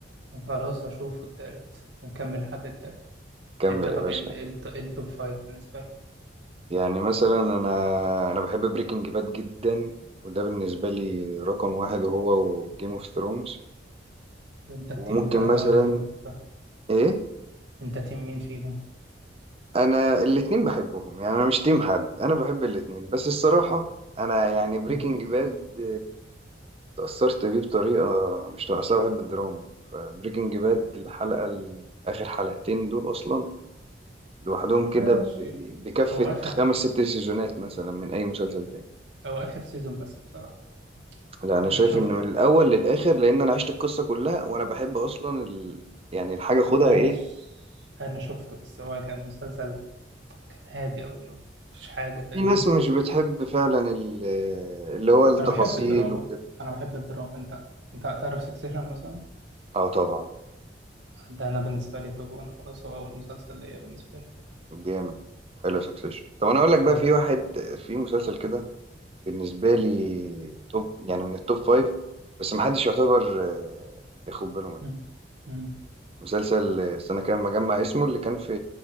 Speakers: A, on the right; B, on the right.
A: خلاص اشوف التالت نكمل لحد التالت
B: كمل
A: انت طب
B: يا باشا
A: ايه ال- إيه الت- إيه التوب فايف بالنسبة لك
B: يعني مثلا أنا أنا بحب بريكنج باد جدا وده بالنسبة لي رقم واحد هو وجيم اوف ثرونز
A: طب انت
B: وممكن
A: التيم بتاع ده
B: مثلا
A: ولا التيم بتاع ده
B: إيه
A: انت تيم مين فيهم
B: أنا الاتنين بحبهم يعني أنا مش تيم حد أنا بحب الاتنين بس الصراحة أنا يعني بريكنج
A: <laughs>
B: باد تأثرت بيه بطريقة مش طبيعية أصل أنا بحب الدراما فبريكنج باد الحلقة ال- آخر حلقتين دول أصلا لوحدهم كده
A: ماشي
B: ب- بكفة
A: هو اخر
B: خمس ست سيزونات مثلا من أي مسلسل تاني
A: هو اخر سيزون بس بصراحة
B: لا أنا
A: انا
B: شايف
A: شفته
B: إنه من الأول للآخر لأن أنا عشت القصة كلها وأنا بحب أصلا ال... يعني الحاجة خدها
A: ماشي
B: إيه
A: انا شفته بس هو كان مسلسل كان هادي او ما فيش حاجة فاهمني
B: في ناس مش بتحب فعلا ال... اللي هو التفاصيل
A: انا بحب الدراما
B: وكده
A: انا بحب الدراما انت انت تعرف سكسيشن مثلا
B: أه طبعا
A: ده انا بالنسبة لي توب وان خلاص هو اول مسلسل ليا بالنسبة لي
B: جامد حلو سكسيشن طب أنا أقول لك
A: فانا
B: بقى في
A: بقى
B: واحد في مسلسل كده بالنسبة لي توب يعني من التوب فايف بس محدش يعتبر آه، ياخد باله منه
A: مم. مم.
B: مسلسل استنى كده ما اجمع اسمه اللي كان في